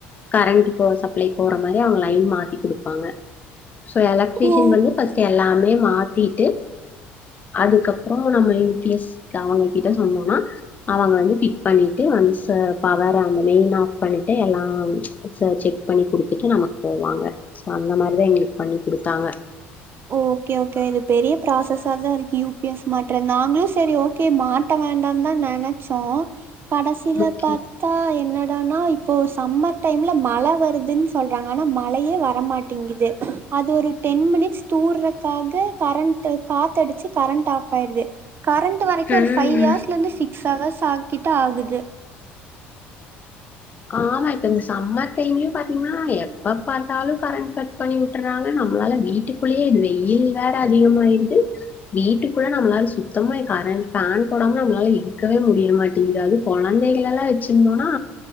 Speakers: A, on the left (about 30°); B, on the right (about 45°).
A: கரண்ட் போ சப்ள போற மாரி அவுங்க லைன் மாத்தி குடுப்பாங்க சோ எலக்ட்ரீஷன்
B: ஓ
A: வந்து ஃபஸ்ட்டு எல்லாமே மாத்திட்டு அதுக்கப்றோ நம்ம யூபிஎஸ்க்கு அவுங்ககிட்ட சொன்னோனா அவங்க வந்து ஃபிட் பண்ணிட்டு ஒன்ஸு பவர் அந்த மெயின் ஆஃப் பண்ணிட்டு எல்லா ச செக் பண்ணி குடுத்துட்டு நமக் போவாங்க சோ அந்த மாரிதா எங்ளுக்கு பண்ணி குடுத்தாங்க
B: ஓ ஓகே ஓகே இது பெரிய ப்ராசஸா தாருக்கு யூபிஎஸ் மாட்ற நாங்களு செரி ஓகே மாட்ட வே ண்டாந்தா நெனச்சோ கடசில
A: ஓகே
B: பாத்தா என்ன னா இப்போ சம்மர் டைம்ல மழ வருதுன் சொல்றாங்க ஆனா மழயே வரமாட்டேங்குது அது ஒரு டென் மினிட்ஸ் தூர்றக்காக கரண்ட் காத்தடிச்சு கரண்ட் ஆஃப் ஆயிருது கரண்ட் வரைக்கு
A: ம்
B: ஒரு ஃபைவ் ஆஸ்லந்து சிக்ஸ் ஹவர்ஸ் ஆக்கிட்ட ஆகுது
A: ஆமா இப்ப இந்த சம்மர் டைம்லயு பாத்தீங்னா எப்ப பாத்தாலு கரண்ட் கட் பண்ணி உட்டுறா ங்க நம்ளால வீட்டுக்குள்ளயே இது வெயில் வேற அதிகமாயிருது வீட்டுக்குள்ள நம்ளால சுத்தமா கரண்ட் ஃபேன் போடாம நம்ளால இருக்கவே முடிய மாட்டிங்குது அது கொழந்தைகளலா வச்சிருந்தோனா